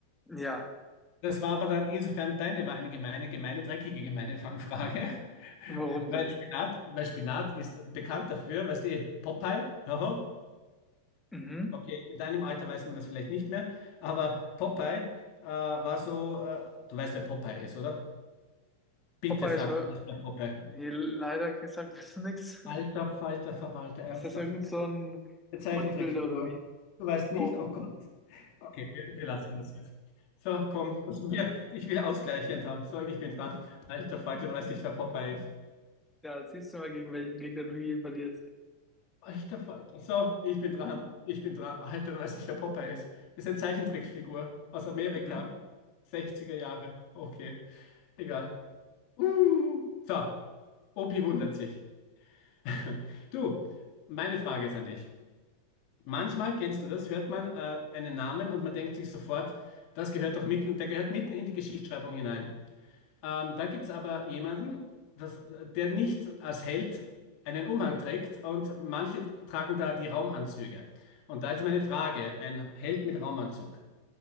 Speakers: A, in the centre; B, on the left.
A: Ja,
B: Das war aber dann insofern deine, war eine gemeine, gemeine, dreckige, gemeine Fangfrage.
A: warum
B: <laughs> Weil
A: denn?
B: Spinat, weil Spinat ist bekannt dafür, weißt du, eh, Popeye, haha,
A: Mhm.
B: Okay, in deinem Alter weiß man das vielleicht nicht mehr, aber Popeye äh, war so, äh, du weißt, wer Popeye ist, oder? Bitte
A: Popeye
B: sag,
A: ist war.
B: du weißt, wer Popeye.
A: Nee, leider gesagt, <laughs> das ist nix.
B: Alter
A: <laughs>
B: Falter Verwalter, ernsthaft.
A: Ist das irgend so ein
B: Eine Zeichentrickfigur.
A: Bodybuilder oder wie?
B: Du weißt nicht?
A: Oh.
B: Oh
A: <laughs>
B: Gott. Okay, wir, wir lassen das jetzt. So, komm, was wir, ich will ausgleichend haben. So, ich bin dran. Alter Falter, du weißt nicht, wer Popeye ist.
A: Ja, siehst du mal, gegen welchen Gegner du hier verlierst.
B: Alter Falter. So, ich bin dran. Ich bin dran. Alter, du weißt nicht, wer Popeye ist. Ist eine Zeichentrickfigur aus Amerika.
A: Mhm.
B: 60er Jahre. Okay, egal. Uh, so, Opi wundert sich. <laughs> Du, meine Frage ist an dich. Manchmal, kennst du das, hört man äh, einen Namen und man denkt sich sofort, das gehört doch mitten, der gehört mitten in die Geschichtsschreibung hinein. Ähm, da gibt es aber jemanden, das, der nicht als Held einen Umhang trägt und manche tragen da die Raumanzüge. Und da ist meine Frage, ein Held mit Raumanzug.